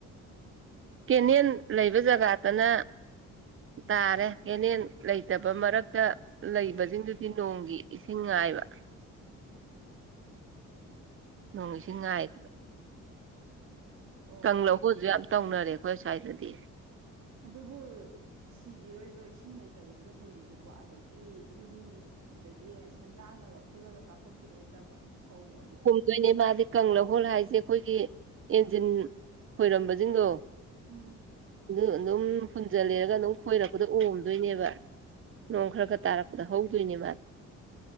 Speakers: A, on the right; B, on the right.
A: ꯀꯦꯅꯦꯜ ꯂꯩꯕ ꯖꯒꯥꯗꯅ ꯇꯥꯔꯦ ꯀꯦꯅꯦꯟ ꯂꯩꯇꯕ ꯃꯔꯛꯇ ꯂꯩꯕꯖꯤꯡꯗꯨꯗꯤ ꯅꯣꯡꯒꯤ ꯏꯁꯤꯡ ꯉꯥꯏꯕ ꯅꯣꯡ
B: ꯑꯣ
A: ꯏꯁꯤꯡ ꯉꯥꯏꯔꯤꯕ
B: ꯑꯣ
A: ꯀꯪꯂꯧꯍꯣꯜꯁꯨ
B: ꯑꯣ
A: ꯌꯥꯝ ꯇꯧꯅꯔꯦ ꯑꯩꯈꯣꯏ ꯁ꯭ꯋꯥꯏꯗꯗꯤ
B: ꯑꯗꯨꯕꯨ ꯁꯤꯈꯤꯔꯣꯏꯗ꯭ꯔꯣ ꯏꯁꯤꯡ ꯂꯩꯇꯕꯗꯨꯗ ꯍꯨꯜꯂꯤꯗꯨꯕ ꯑꯗꯒꯤ ꯇꯤꯟ ꯑꯗꯒꯤ ꯁꯦꯟꯗ꯭ꯔꯥꯡꯅꯒ ꯈꯨꯜꯂꯒ ꯆꯥꯊꯣꯛꯈꯤꯔꯣꯏꯗ꯭ꯔꯕ ꯐꯧ ꯃꯔꯨꯗꯣ
A: ꯍꯣꯏꯅꯦ ꯃꯥꯗꯤ ꯀꯪꯂꯧꯍꯣꯜ ꯍꯥꯏꯁꯦ ꯑꯩꯈꯣꯏꯒꯤ ꯏꯟꯖꯤꯟ ꯈꯣꯏꯔꯝꯕꯁꯤꯡꯗꯣ
B: ꯎꯝ
A: ꯑꯗꯨ ꯑꯗꯨꯝ ꯍꯨꯟꯖꯜꯂꯦꯔꯒ ꯑꯗꯨꯝ ꯈꯣꯏꯔꯛꯄꯗ ꯑꯣꯝꯗꯣꯏꯅꯦꯕ ꯅꯣꯡ ꯈꯔ ꯈꯠ ꯇꯥꯔꯄꯗ
B: ꯎꯝ
A: ꯍꯧꯗꯣꯏꯅꯦ ꯃꯥ